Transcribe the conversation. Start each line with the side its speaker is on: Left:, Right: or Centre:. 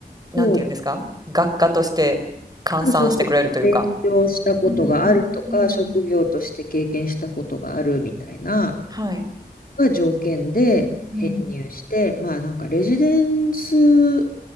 Right: なんて言うんですか学科として換算してくれるというか。
Left: そう、そうそうそう。勉強したことがあるとか、
Right: うんうんうん。
Left: 職業として経験したことがあるみたいな
Right: はい。
Left: が条件で編入して、
Right: うんうん。
Left: まあなんかレジデンス